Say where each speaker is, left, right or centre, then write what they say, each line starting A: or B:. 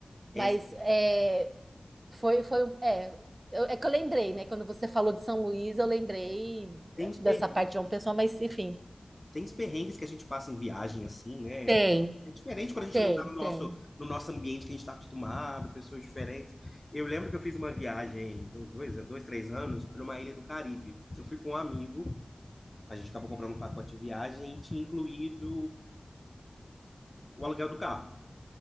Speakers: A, on the left; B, on the right.
A: É,
B: Mas é, foi, foi, um- é, eu- é que eu lembrei, né? Quando você falou de São Luís, eu lembrei
A: tem uns
B: dessa
A: perrengues
B: parte de João Pessoa, mas enfim,
A: tem os perrengues que a gente passa em viagem, assim, né?
B: tem,
A: É diferente quando a gente
B: tem,
A: não tá no nosso,
B: tem.
A: no nosso ambiente que a gente tá acostumado, pessoas diferentes. Eu lembro que eu fiz uma viagem, tem uns dois, dois, três anos, para uma ilha do Caribe. Eu fui com um amigo, a gente acabou comprando um pacote de viagem e tinha incluído o aluguel do carro.